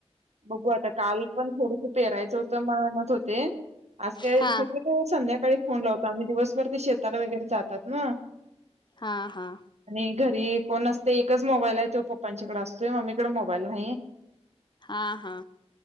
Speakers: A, on the right; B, on the left.
A: बघू आता काल पण थोडस पेरायचं होतं म्हणत होते. आज काय
B: हा
A: शक्यतो संध्या सकाळी फोन लावतो आणि दिवसभर ते शेताला वगैरे जातात ना.
B: हा, हा.
A: आणि घरी कोण असते, एकच मोबाईल आहे तो पप्पांच्याकडे असतोय. मम्मीकडे मोबाईल नाही.
B: हा, हा.